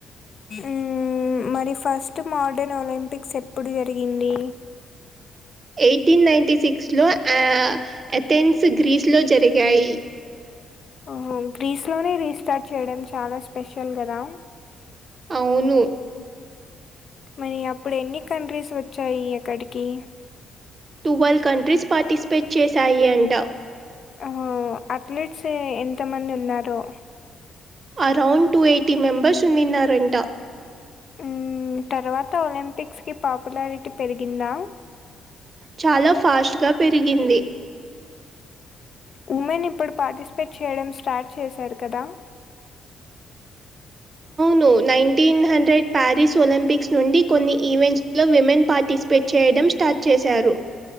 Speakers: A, on the left (about 50°); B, on the right (about 40°).
A: మ్ మరి ఫస్ట్ మోడర్న్ ఒలింపిక్స్ ఎప్పుడు జరిగింది
B: ఎయిటీన్ నైన్టీ సిక్స్ లో ఆ అథెన్స్ గ్రీస్ లో జరిగి ఎయి
A: ఓహో గ్రీస్ లోనే రీస్టార్ట్ చేయడం చాలా స్పెషల్ కదా
B: అవును
A: మరి అప్పుడు ఎన్ని కంట్రీస్ వచ్చాయి అక్కడికి
B: టువెల్వ్ కంట్రీస్ పార్టిసిపేట్ చేశాయి అంట
A: ఆ అథ్లెట్స్ ఎంత మంది ఉన్నారో
B: అరౌండ్ టూ ఎయిటీ మెంబర్స్ ఉన్నిన్నారంట
A: మ్ తర్వాత ఒలింపిక్స్ కి పాపులారిటీ పెరిగిందా
B: చాలా ఫాస్ట్ గా పెరిగింది
A: ఉమెన్ ఇప్పుడు పార్టిసిపేట్ చేయడం స్టార్ట్ చేశారు కదా
B: ను నైన్టీన్ హండ్రెడ్ ప్యారిస్ ఒలింపిక్స్ నుండి కొన్ని ఈవెంట్స్ లో విమెన్ పార్టిసిపేట్ చేయడి డం స్టార్ట్ చేశారు